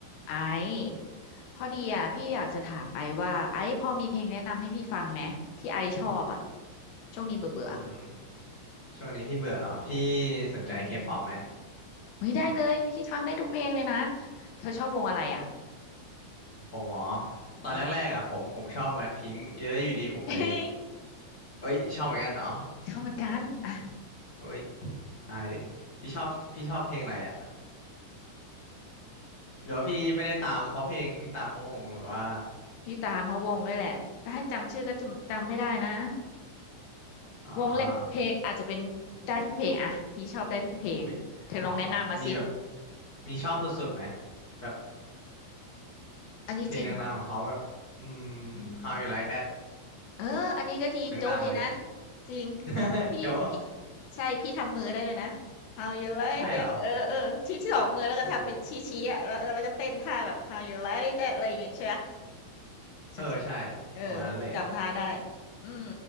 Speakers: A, on the left; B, on the left.
A: ไอซ์พอดีอ่ะพี่อยากจะถามไอซ์ว่าไอซ์พอมีเพลงแนะนำให้พี่ฟังไหมที่ไอซ์ชอบอ่ะช่วงนี้เบื่อเบื่อ
B: อืมช่วงนี้พี่เบื่อเหรอ พี่สนใจเคป๊อปไหม
A: อืมอุ้ยได้เลยพี่ฟังได้ทุกเพลงเลยนะเธอชอบวงอะไรอ่ะ
B: ผมอ๋อ
A: อืม
B: ตอนแรกๆอ่ะผมผมชอบแบล็คพิงค์เยอะอยู่ดีผมไป
A: <laughs> เฮ้ย
B: เอ้ยชอบเหมือนกันเหรอ
A: ชอบเหมือนกันอ่ะ <laughs>
B: เอ้ยตายดิพี่ชอบพี่ชอบเพลงอะไรอ่ะ หรือว่าพี่ไม่ได้ตามเพราะเพลงพี่ตามเพราะวงหรือว่า
A: พี่ตามเพาวงด้วยแหละแต่ให้จำชื่อก็จำจำไม่ได้นะ
B: อ๋อ
A: วงและเพลงอาจจะเป็นได้ทุกเพลงอ่ะพี่ชอบได้ทุกเพลงเธอลองแนะนำมาสิ
B: เอ้ยอ๋อเหรอ มีแบบมีชอบสุดๆไหม แบบ
A: อันนี้จริง
B: เพลงดังๆของเขาแบบ อืม
A: อืม
B: How You Like That
A: เอออันนี้ก็ดีโจ๊ะดีนะ
B: ดังๆเลย
A: จริง
B: <laughs>
A: พี่พี่
B: โจ๊ะ
A: ใช่พี่ทำมือได้เลยนะ How you like
B: ใช่เหรอ
A: that เออเออชี้ที่สองมือแล้วก็ทำเป็นชี้ชี้อ่ะแล้วเออแล้วก็เต้นท่าแบบ
B: โอ้โห
A: How you like that อะไรอย่างเงี้ยใช่ไหม
B: เออใช่ประมาณนั้นเลย
A: ฉันเออพี่จำท่าได้อืม